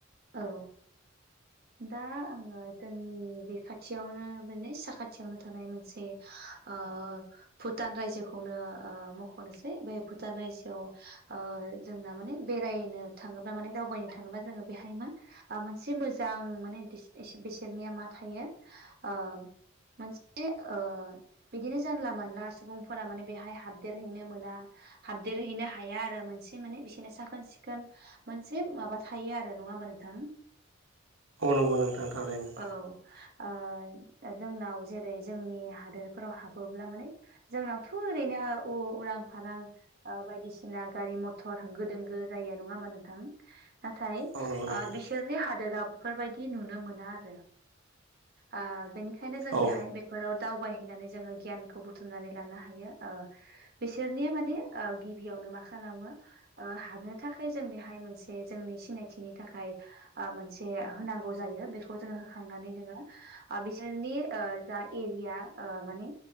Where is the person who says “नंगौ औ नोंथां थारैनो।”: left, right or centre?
Right